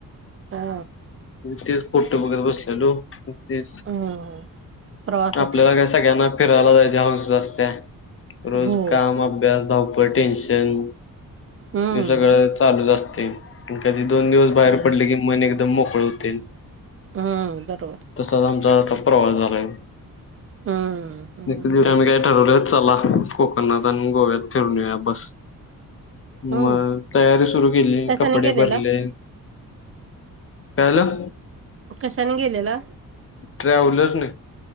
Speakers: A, on the right; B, on the left.
A: हा
B: तेच पोट बघत बसलेलो ते
A: हम् प्रवासाची
B: आपल्याला काय सगळ्यांना फिरायला जायचे हऊस असते रोज
A: हो
B: काम अभ्यास धावपळ टेन्शन
A: हम्म
B: ते सगळं चालू असत कधी दोन दिवस बाहेर पडले की मन एकदम मोकळे होते
A: हम्म बरोबर
B: तसाच आमचा आता प्रवास झालाय
A: हम्म हम्म
B: दिव
A: हम्म
B: आम्ही काय ठरवले चला कोकणात आणि गोव्यात फिरून बस मग
A: हम्म
B: तयारी सुरू केली
A: कशाने
B: कपडे
A: गेलेला
B: भरले कायलं
A: कशाने गेलेला
B: ट्रॅव्हलर्स नाही